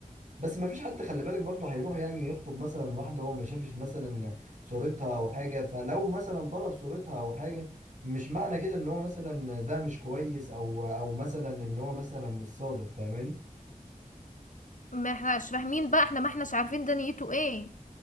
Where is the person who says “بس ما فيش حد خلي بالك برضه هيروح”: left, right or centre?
Right